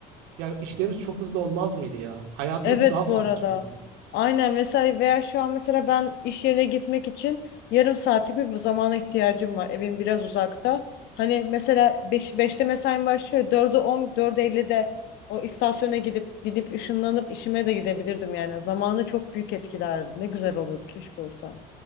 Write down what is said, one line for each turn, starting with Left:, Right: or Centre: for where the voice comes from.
Right: Ya işlerimiz çok hızlı olmaz mıydı ya? Hayatımız
Left: Evet
Right: daha fazla
Left: bu arada.
Right: şey olurdu.
Left: Aynen vesaire veya şu an mesela ben iş yerine gitmek için yarım saatlik bir zamana ihtiyacım var. Evim biraz uzakta. Hani mesela beş beşte mesaim başlıyor. 4'e 10 4'e 50'de o istasyona gidip binip ışınlanıp işime de gidebilirdim yani. Zamanı çok büyük etkilerdi. Ne güzel olurdu keşke olsa.